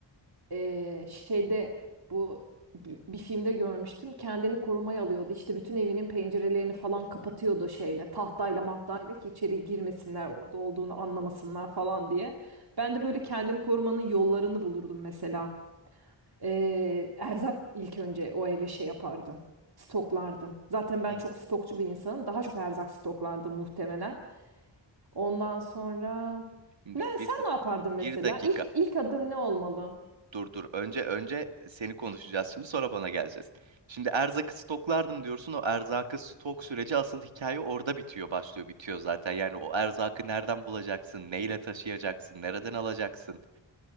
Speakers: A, on the right (about 55°); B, on the right (about 80°).
A: e, şeyde bu bi- bir filmde görmüştüm. Kendini korumaya alıyordu. İşte bütün evinin pencerelerini falan kapatıyordu şeyle, tahtayla mahtayla ki içeri girmesinler, orada olduğunu anlamasınlar falan diye. Ben de böyle kendimi korumanın yollarını bulurdum mesela. E, erzak ilk önce o eve şey yapardım. Stoklardım. Zaten ben
B: Hı
A: çok
B: hı.
A: stokçu bir insanım. Daha çok erzak stoklardım muhtemelen. Ondan sonra
B: Şimdi
A: ne sen
B: bir, da-
A: ne yapardın mesela?
B: bir dakika.
A: İlk ilk adım ne olmalı?
B: Dur dur. Önce önce seni konuşacağız şimdi sonra bana geleceğiz. Şimdi erzakı stoklardım diyorsun. O erzakı stok süreci asıl hikaye orada bitiyor, başlıyor, bitiyor zaten. Yani o erzakı nereden bulacaksın, neyle taşıyacaksın, nereden alacaksın?